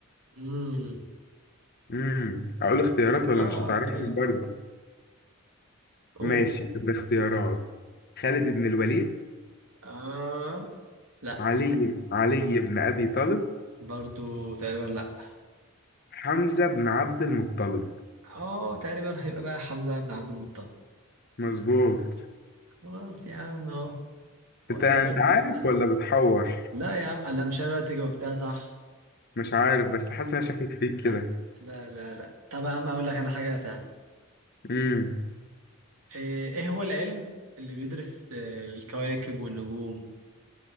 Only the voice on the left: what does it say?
امم اقول اختيارات ولا
مش هتعرفني
برضه
ماشي الاختيارات خالد بن الوليد
علي علي بن أبي طالب
حمزة بن عبد المطلب
مظبوط
انت
انت
عارف
ولا بتحور
مش عارف بس حاسس إن انا شاكك فيك
كده
امم